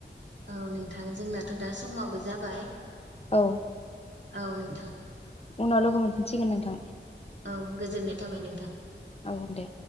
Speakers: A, on the right; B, on the left.
A: औ नोंथां जोंनाथ' दा समाबो जाबाय
B: औ
A: औ नोंथां
B: उनाव लोगो मोनफिनसिगोन नोंथां
A: औ गोजोननाय थाबाय नोंथां।
B: औ दे